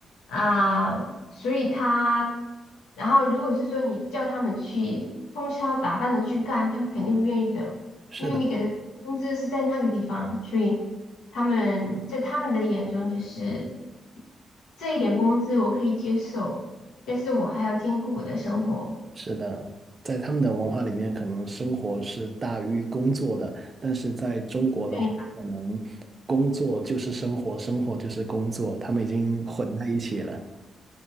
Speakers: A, on the left; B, on the right.
A: 啊、所以他，然后如果是说你叫他们去通宵达旦的去干，他们肯定不愿意的，
B: 是的，
A: 因为你给的工资是在那个地方，所以。他们在他们的眼中就是这一点工资我可以接受，但是我还要兼顾我的生活。
B: 是的，在他们的文化里面，可能生活是大于工作的，但是在中国的话，
A: 对，
B: 可能工作就是生活，生活就是工作，他们已经混在一起了。